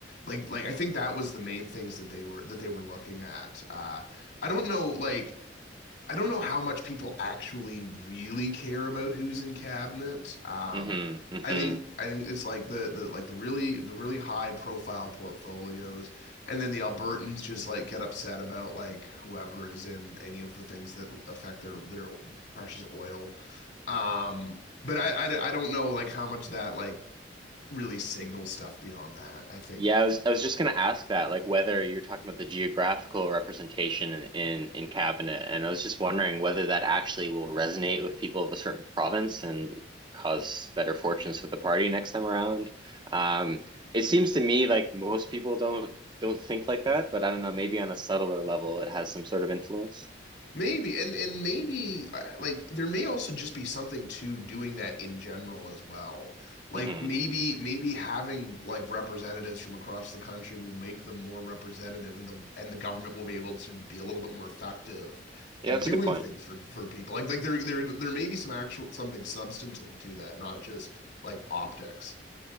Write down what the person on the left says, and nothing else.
like like I think that was the main things that they were that they were looking at. Uh, I don't know like. I don't know how much people actually really care about who's in cabinet. Um,
I think I think it's like the the like the really the really high profile portfolios, and then the Albertans just like get upset about like whoever is in any of the things that affect their their precious oil. Um, but I, I I don't know like how much that like really signals stuff beyond that. I think
Maybe and and maybe uh, like there may also just be something to doing that in general as well. Like
maybe maybe having like representatives from across the country will make them more representative and the and the government will be able to be a little bit more effective
in
doing
things for for people. Like like there there there may be some actual something substantive to that, not just like optics.